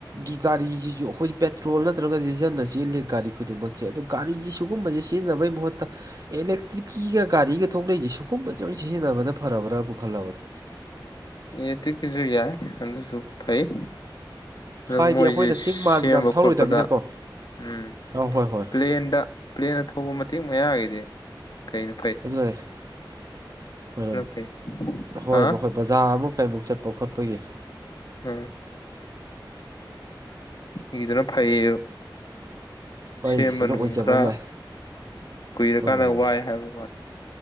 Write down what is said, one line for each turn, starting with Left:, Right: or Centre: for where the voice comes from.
Right: ꯒꯤ ꯒꯥꯔꯤꯁꯤꯁꯨ ꯑꯩꯈꯣꯏ ꯄꯦꯇ꯭ꯔꯣꯜ ꯅꯠꯇ꯭ꯔꯒ ꯗꯤꯖꯜꯅ ꯆꯦꯜꯂꯤ ꯒꯥꯔꯤ ꯈꯨꯗꯤꯡꯃꯛꯁꯦ ꯑꯗꯨ ꯒꯥꯔꯤꯁꯤ ꯁꯤꯒꯨꯝꯕꯁꯤ ꯁꯤꯖꯤꯟꯅꯕꯒꯤ ꯃꯍꯨꯠꯇ ꯑꯦꯂꯦꯛꯇ꯭ꯔꯤꯛꯀꯤꯒ ꯒꯥꯔꯤꯒ ꯊꯣꯛꯂꯩꯁꯦ ꯁꯨꯒꯨꯝꯕꯁꯦꯑꯣꯏꯅ ꯁꯤꯖꯤꯟꯅꯕꯅ ꯐꯔꯕ꯭ꯔꯥꯕꯨ ꯈꯜꯂꯕꯅꯦ
Left: ꯌꯦꯂꯦꯛꯇꯤꯛꯀꯤꯁꯨ ꯌꯥꯏ ꯑꯗꯨꯁꯨ ꯐꯩ ꯑꯗꯨ
Right: ꯍꯥꯏꯗꯤ
Left: ꯃꯣꯏꯁꯦ
Right: ꯑꯩꯈꯣꯏꯅ ꯆꯤꯡ ꯃꯥꯟꯅ
Left: ꯁꯦꯝꯕ
Right: ꯌꯥꯝ ꯊꯧꯔꯣꯏꯗꯕꯅꯤꯅꯀꯣ
Left: ꯈꯣꯠꯄꯗ ꯎ
Right: ꯑꯥ ꯍꯣꯏ ꯍꯣꯏ
Left: ꯄ꯭ꯂꯦꯟꯗ ꯄ꯭ꯂꯦꯟꯅ ꯊꯧꯕ ꯃꯇꯦꯛ ꯃꯌꯥꯒꯤꯗꯤ ꯀꯩꯅꯣ
Right: ꯑꯗꯨꯦ <inaudible> ꯍꯣꯏ
Left: ꯐꯩꯗ
Right: ꯍꯣꯏ
Left: ꯍꯥ
Right: ꯍꯣꯏ ꯕꯖꯥꯔ ꯑꯃꯨꯛ ꯀꯩꯃꯨꯛ ꯆꯠꯄ ꯈꯣꯠꯄꯒꯤ
Left: ꯎꯝ ꯃꯩꯗꯨꯅ ꯐꯩꯌꯦꯕ
Right: ꯄꯩꯒꯤꯁꯤꯅ
Left: ꯁꯦꯝꯕ ꯅꯨꯡ
Right: ꯑꯣꯏꯖꯕ
Left: ꯈꯔ
Right: ꯑꯃ
Left: ꯀꯨꯏꯔꯀꯥꯟꯗ
Right: ꯂꯩ ꯎꯝ
Left: ꯋꯥꯏ ꯍꯥꯏꯕ ꯋꯥꯅꯤ